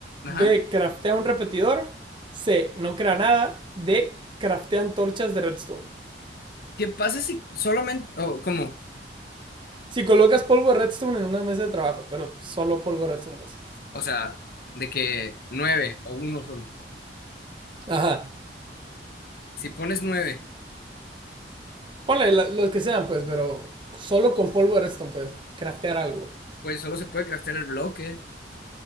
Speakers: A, on the left (about 55°); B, on the right (about 30°).
A: Ajá.
B: B. Craftea un repetidor. C. No crea nada. D. Craftea antorchas de redstone.
A: ¿Qué pasa si solamente, o cómo?
B: Si colocas polvo de redstone en una mesa de trabajo, pero solo polvo de redstone, pues.
A: O sea, de que nueve o uno solo.
B: Ajá.
A: Si pones nueve,
B: Ponle la- los que sean, pues, pero solo con polvo de redstone, pues. Craftear algo.
A: pues solo se puede craftear el bloque.